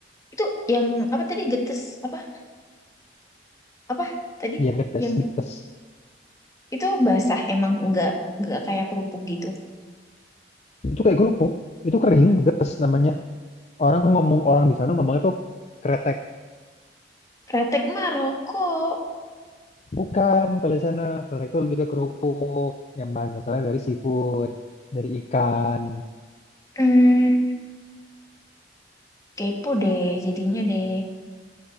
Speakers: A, on the left; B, on the left.
A: Itu yang apa tadi getes apa apa tadi
B: Iya getes,
A: yang
B: getes.
A: itu basah emang nggak nggak kayak kerupuk gitu.
B: Itu kayak kerupuk. Itu kering, getes namanya. Orang ngomong orang di sana ngomongnya tuh kretek.
A: Kretek mah rokok.
B: Bukan kalau di sana kretek tuh lebih ke kerupuk yang bahan asalnya dari seafood, dari ikan.
A: Hmm, kepo deh jadinya deh.